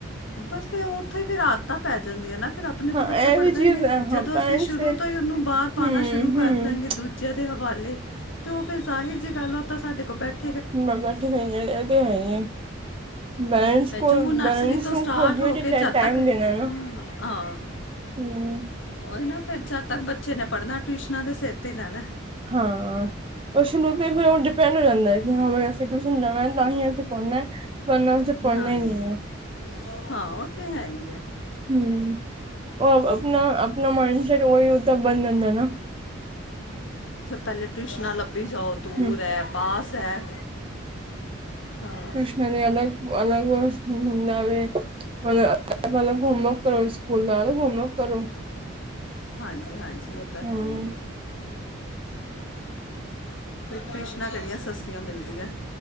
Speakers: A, on the left; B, on the right.
A: ਬਸ ਉੱਥੇ ਫ ਰਾਤਾਂ ਪੈ ਜਾਂਦੀਆਂ ਨਾ ਫਿਰ ਆਪਣੀ ਤੋਂ
B: ਹਾਂ
A: ਬੱਚਾ
B: ਇਹ
A: ਪੜ੍ਹਦਾ
B: ਵੀ ਚੀਜ਼
A: ਹੀ ਨੀ
B: ਹੈ
A: ਜਦੋਂ
B: ਹਾਂ ਪੈਰੈਂਟਸ
A: ਅਸੀਂ ਸ਼ੁਰੂ ਤੋਂ ਹੀ ਉਹਨੂੰ ਬਾਹਰ ਪਾਉਣਾ
B: ਹਮ
A: ਸ਼ੁਰੂ ਕਰ
B: ਹਮ
A: ਦਵਾਂਗੇ ਦੂਜੇ ਦੇ ਹ ੇ ਤੇ ਉਹ ਫਿਰ ਜ਼ਾਹਿਰ ਜੀ ਗੱਲ ਉਹ ਤਾਂ ਸਾਡੇ ਕੋਲ ਬੈਠੇ
B: ਮ ਬੈਠੇ ਇਹ ਤੇ ਹੈ ਬੈਂਸ
A: ਫਿਰ
B: ਕੋਲ
A: ਜੂ ਨਰਸਰੀ
B: ਬੈਂਸ
A: ਤੋਂ
B: ਨੂੰ
A: ਸਟਾਰਟ
B: ਖੁਲ
A: ਹੋ
B: ਤੇ
A: ਕੇ
B: ਚ
A: ਜਦ
B: ਟਾਈਮ
A: ਤੱਕ ਹਾਂ
B: ਦੇਣਾ ਨਾ
A: ਹਾਂ
B: ਹਮ
A: ਉਹੀ ਨਾ ਫਿਰ ਜਦ ਤੱਕ ਬੱਚੇ ਨੇ ਪੜ੍ਹਨਾ ਟਿਊਸ਼ਨਾਂ ਦੇ ਸਿਰ ਤੇ ਤਾਂ ਨਾ
B: ਹਾਂ ਸ਼ੁਰੂ ਤੋਂ ਹੀ ਡਿਪੈਂਡ ਹੋ ਜਾਂਦਾ ਹੈ ਹ ਟਿਸ਼ਨ ਲਣਾ ਤਾਂ ਹੀ ਅ ਕਰਉਨਾ ਪਨਾੇ ਪੜ੍ਹਨਾ
A: ਹਾਂਜੀ
B: ਹੀ ਨਹੀਂ ਹੈ
A: ਹਾਂ ਉਹ ਤੇ ਹੈ ਹੀ ਹੈ
B: ਹਮ ਉਹ ਆਪਣਾ ਆਪਣਾ ਮਾਈਡ ਸੇਟ ਉਹੀ ਉਹ ਤਾਂ ਬਣ ਜਾਂਦਾ ਨਾ <inaudible>
A: <unintelligible> ਬ ਦੂਰ
B: ਹਮ
A: ਹੈ ਪਾਸ ਹੈ ਹਾਂ
B: ਟਉਸ਼ਨਾ ਨੇ ਅਲਗ ਅਲਗ ਹਮ ਹੁੰਦਾਵੇਤਲਬ ਮਲ ਘੁੰਮਵਰਕ ਕਰੋ ਸਕੂਲ ਦਾ ਘੁਮਵਰ ਕਰੋ
A: ਹਾਂਜੀ ਹਾਂਜੀ ਉਹ ਤਾਂ
B: ਹਮ
A: ਹੈ ਹੀ ਹੈ ਟਿਊਸ਼ਨਾਂ ਕਿਹੜੀਆਂ ਸਸਤੀਆਂ ਮਿਲਦੀਆਂ